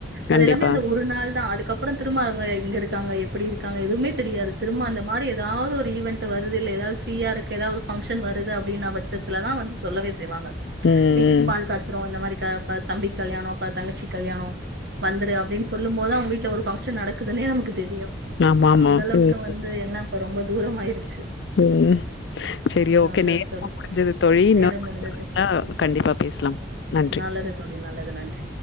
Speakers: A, on the right (about 60°); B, on the left (about 65°).
A: அது
B: கண்டிப்பா.
A: எல்லாமே அந்த ஒரு நாள்தா அதுக்கப் அப்றோ திரும்ப அவ்ங்க எங்க இருக்காங்க எப்டி இருக்காங்க எதுமே தெரியாது திரும்ப அந்த மாரி ஏதாவ்து ஒரு ஈவன்ட்டு வருது இல்ல ஏதாது ஃப்ரீயா இருக்கு ஏதாவ்து ஒரு ஃபங்க்ஷன் வருது அப்டின்னா பட்ச்சத்துல தா வந்து சொல்லவே செய்வாங்க
B: ம்,
A: வீட்டுக்கு
B: ம்.
A: பால் காச்சுறோ அந்த மாரி க ப தம்பிக்கு கல்யாணோ ப தங்கச்சிக்கு கல்யாணோ வந்துரு அப்டின் சொல்லும்போது அவவ்ங்க வீட்டல ஒரு ஃபங்க்ஷன் நடக்குதுனே நமக்கு தெரியு
B: ஆமாமா.
A: அந்த அளவுக்க
B: ம்,
A: வந்து என்னப் ரொம்ப தூரமாயிர்ச்
B: ம் செரி ஓகே
A: நல்லது
B: நேரமோ
A: தோழி.
B: முடிஞ்சிது தோழி இன்னொரு
A: நேரம்
B: வாய்ப்பு
A: முடிந்தது.
B: கெடச்சா அ கண்டிப்பா பேஸ்லா நன்றி
A: நல்லது தோழி. நல்லது. நன்றி.